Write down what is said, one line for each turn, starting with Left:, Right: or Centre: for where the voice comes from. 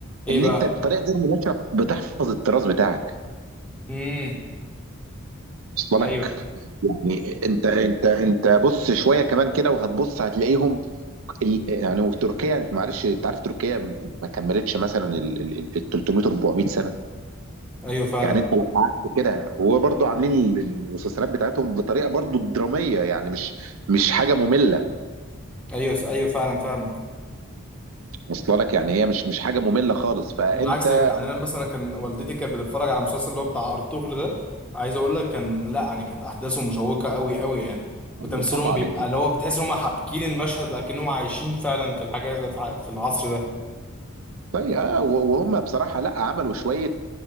Centre: ايه
Right: ان
Centre: بقى؟
Right: انت بطريقه غير مباشره بتحفظ التراث بتاعك
Centre: امم
Right: وصل
Centre: ايوه
Right: لك يعني انت انت انت بص شويه كمان كده وهتبص هتلاقيهم ال- يعني وتركيا معلش انت عارف تركيا ما كملتش مثلا ال ال- ال- 300 400 سنه
Centre: ايوه فعلا
Right: يعني انت لو قعدت كده وهو برضو عاملين المسلسلات بتاعتهم بطريقه برضو دراميه يعني مش مش حاجه ممله
Centre: ايوه ايوه فعلا فاهمك
Right: واصله لك يعني هي مش مش حاجه ممله خالص فانت
Centre: بالعكس ده يعني انا مثلا كان والدتي كانت بتتفرج على المسلسل اللي هو بتاع ارطغرل ده عايز اقول لك كان لا يعني كانت احداثه مشوقه قوي قوي يعني وتمثيلهم
Right: أيوة طبعا
Centre: بيبقى
Right: انت
Centre: اللي هو بتحس ان هم حابكين المشهد اكنهم عايشين فعلا في الحاجات في ع- في العصر ده
Right: طيب اه و- وهم بصراحه لا عملوا شويه